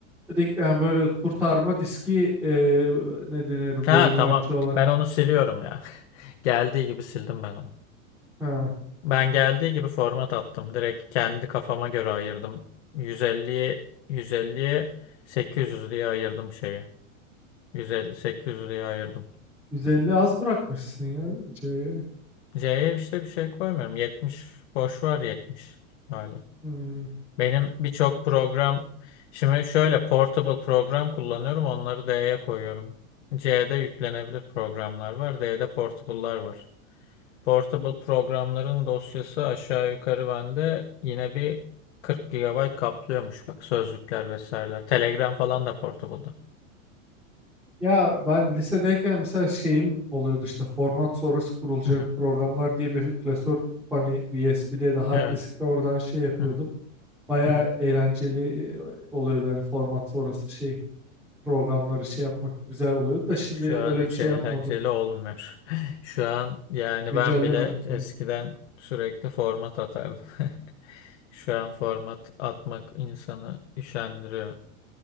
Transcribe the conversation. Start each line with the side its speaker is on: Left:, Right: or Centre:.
Centre: Di- Yani böyle kurtarma diski eee ne denir volümü
Left: Ha tamam.
Centre: açıyorlar.
Left: Ben onu siliyorum ya. <laughs> Geldiği gibi sildim ben onu.
Centre: Ha,
Left: Ben geldiği gibi format attım. Direkt kendi kafama göre ayırdım. 150'ye 150'ye 800 diye ayırdım şeyi. 150 800 diye ayırdım.
Centre: 150 az bırakmışsın ya C'ye.
Left: C'ye işte bir şey koymuyorum. 70 boş var 70 böyle.
Centre: Hmm.
Left: Benim birçok program şimdi şöyle portable program kullanıyorum. Onları D'ye koyuyorum. C'de yüklenebilir programlar var. D'de portable'lar var. Portable programların dosyası aşağı yukarı bende yine bir 40 gigabayt kaplıyormuş bak sözlükler vesaireler. Telegram falan da portable'da.
Centre: Ya ben lisedeyken mesela şeyim oluyordu işte format sonrası kurulacak
Left: Hı hı.
Centre: programlar diye bir klasör tutup hani USB'de de hard
Left: Evet.
Centre: diskte oradan şey yapıyordum.
Left: Hı hı.
Centre: Baya
Left: Hı hı.
Centre: eğlenceli e, oluyordu hani format sonrası şey programları şey yapmak güzel oluyordu da şimdi
Left: Şu
Centre: öyle
Left: an hiç
Centre: bir şey
Left: eğlenceli
Centre: yapmadım.
Left: olmuyor. <laughs> Şu an yani
Centre: Güncellemedim
Left: ben bile eskiden
Centre: ben.
Left: sürekli format atardım. <laughs> Şu an format atmak insanı üşendiriyor.